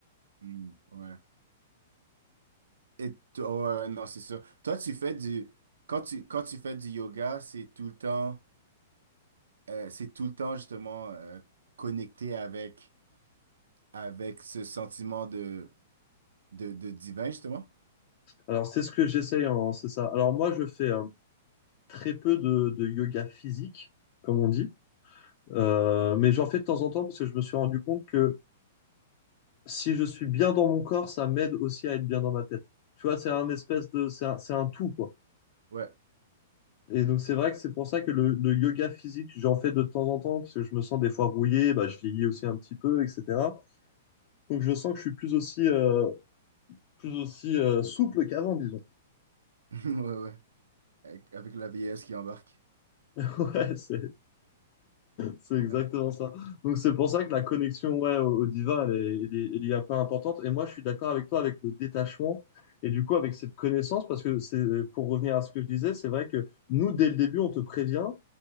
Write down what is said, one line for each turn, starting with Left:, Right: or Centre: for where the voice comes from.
Right: Mm, ouais. Et toi, ouais, non, c'est sûr. Toi, tu fais du, quand tu, quand tu fais du yoga, c'est tout le temps. euh, c'est tout le temps justement euh, connecté avec, avec ce sentiment de, de, de divin, justement.
Left: Alors, c'est ce que j'essaye, en- c'est ça. Alors, moi, je fais euh, très peu de, de yoga physique, comme on dit. Euh, mais j'en fais de temps en temps parce que je me suis rendu compte que si je suis bien dans mon corps, ça m'aide aussi à être bien dans ma tête. Tu vois, c'est un espèce de, c'est un, c'est un tout, quoi.
Right: Ouais,
Left: Et donc, c'est vrai que c'est pour ça que le, le yoga physique, j'en fais de temps en temps, parce que je me sens des fois rouillé, bah, je vieillis aussi un petit peu, etc. Donc, je sens que je suis plus aussi, euh, plus aussi euh, souple qu'avant, disons.
Right: <laughs> ouais, ouais. Avec, avec la vieillesse qui embarque.
Left: <laughs> Ouais, c'est, C'est exactement
Right: Ouais.
Left: ça. Donc c'est pour ça que la connexion ouais, au, au divin, elle est, elle est- elle est un peu importante. Et moi, je suis d'accord avec toi avec le détachement et du coup avec cette connaissance, parce que c'est, pour revenir à ce que je disais, c'est vrai que nous, dès le début, on te prévient,